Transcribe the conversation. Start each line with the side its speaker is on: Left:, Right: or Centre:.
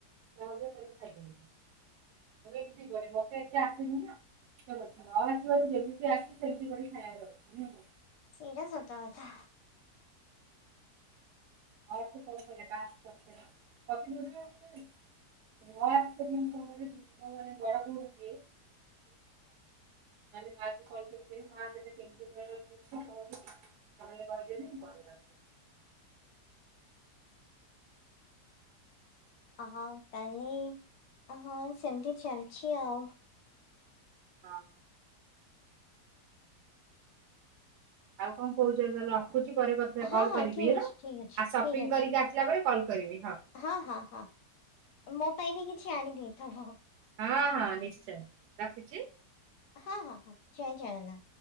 Right: ସହଜରେ କରିକି ଖାଇ ଦେବେ। ମୁଁ ଏମିତି କରେ ମତେ ଏତେ ଆସନି ନା ସେ କଥା ନ ଆସିବାରୁ ଯେମିତି ଆସିବ ସେମତି କରିକି ଖାଇାବାର ଅଛି ନୁହଁ।
Left: ସେଇଟା ସତ କଥା।
Right: <unintelligible> <unintelligible> <unintelligible>
Left: ଆ ହଉ ତାହେଲେ ଅ ହଉ ସେମିତି ଚାଲିଛି ଆଉ।
Right: ହଁ। ଆଉ କଣ କହୁଛ ତଲେ ରଖୁଛି ପରେ କ
Left: ହଁ
Right: କଲ
Left: ହଁ
Right: କରିବି
Left: ଠିକ୍
Right: ହେଲା
Left: ଅଛି
Right: ଆଉ
Left: ଠିକ୍ ଅଛି
Right: ସପିଙ୍ଗ
Left: ଠିକ୍ ଅଛି
Right: କରିକି ଆସ ଲା ପରେ କଲ୍ କରିବି ହଁ।
Left: ହଁ ହଁ ହଁ ମୋ ପାଇଁ ବି କିଛି ଆଣିଦେଇଥ ହଁ।
Right: ହଁ ହଁ ନିଶ୍ଚୟ ରଖୁଛି।
Left: ହଁ ହଁ ହଁ ଜୟ ଜଗନ୍ନାଥ।